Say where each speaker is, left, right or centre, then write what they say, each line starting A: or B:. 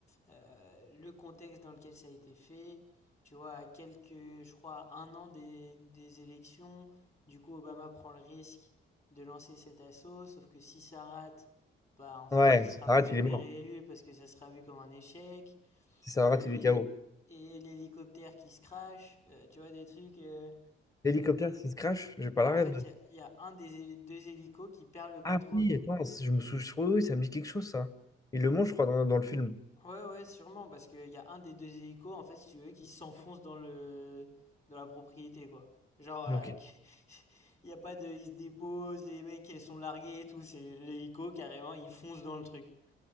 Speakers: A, on the left (about 35°); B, on the left (about 15°).
A: euh, le contexte dans lequel ça a été fait. Tu vois, à quelques, je crois, un an des, des élections, du coup, Obama prend le risque de lancer cet assaut, sauf que si ça rate, bah, en fait,
B: Ouais,
A: il sera
B: si ça rate,
A: jamais
B: il est mort.
A: réélu parce que ça sera vu comme un échec.
B: Si ça
A: Et,
B: rate, il est KO.
A: et l'hélicoptère qui se crache, euh, tu vois, des trucs. euh,
B: L'hélicoptère, s'il se crash, j'ai
A: bah,
B: pas la rêve
A: en fait,
B: de.
A: il y a, il y a un des hé- deux hélicos qui perd le contrôle
B: Ah oui, attends, je me souviens, je oui, ça me dit quelque chose, ça. Il le mange, je crois, dans, dans le film.
A: Ouais, ouais, sûrement, parce qu'il y a un des deux hélicos, en fait, si tu veux, qui s'enfonce dans le... dans la propriété, quoi. Genre, euh,
B: Ok.
A: qui- <laughs> il y a pas de... Ils se déposent, les mecs, ils sont largués et tout, c'est l'hélico, carrément, il fonce dans le truc.